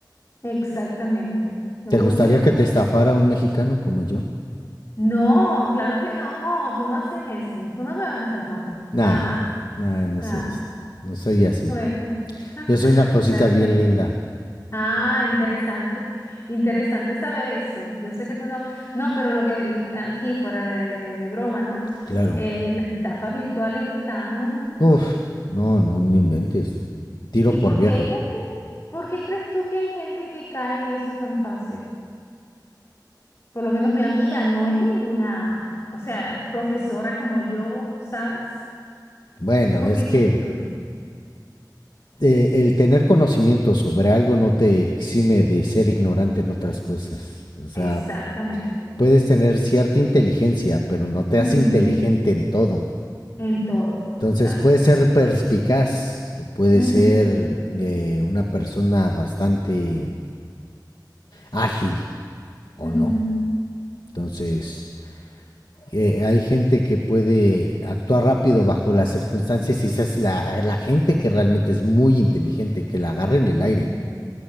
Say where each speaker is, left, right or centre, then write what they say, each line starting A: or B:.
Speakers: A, on the left; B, on the left.
A: Exactamente. No,
B: ¿Te gustaría
A: últimamente
B: que te estafara un mexicano como yo?
A: No, claro que no, tú no haces eso, tú no me vas estafando,
B: Nah,
A: nada más.
B: nah, no
A: Ah,
B: sé. No soy así.
A: bueno, <laughs>
B: Yo soy una cosita
A: claro
B: bien
A: que no.
B: linda.
A: Ah, interesante, <laughs> interesante saber eso. Yo sé que tú no, no, pero lo que l- aquí fuera de, de- de broma, ¿no?
B: Claro.
A: Eh, las estafas virtuales están...
B: Uf, no, no, no inventes. Tiro
A: ¿Y
B: por
A: por
B: viaje.
A: qué hay gente? ¿Por qué crees tú que hay gente que cae en eso tan fácil? Por lo menos mi amiga no es ninguna, o sea, profesora como yo, ¿sabes?
B: Bueno,
A: ¿Por
B: es
A: qué
B: que
A: crees tú?
B: eh, el tener conocimiento sobre algo no te exime de ser ignorante en otras cosas. O sea,
A: Exactamente.
B: puedes tener cierta inteligencia, pero no te
A: Ujú.
B: hace inteligente en todo.
A: En todo,
B: Entonces,
A: exacto.
B: puedes ser perspicaz, puedes
A: Ujú,
B: ser eh, una persona bastante ágil o
A: ujú.
B: no. Entonces, eh, hay gente que puede actuar rápido bajo las circunstancias y esa es la, la gente que realmente es muy inteligente, que la agarra en el
A: Así
B: aire.
A: es.